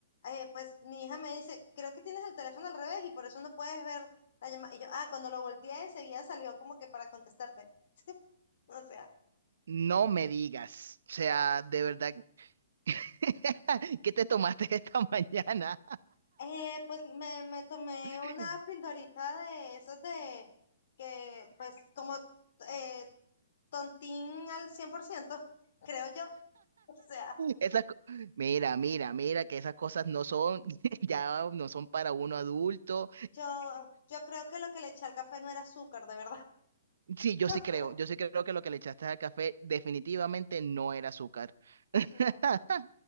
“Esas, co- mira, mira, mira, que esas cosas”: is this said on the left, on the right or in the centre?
Right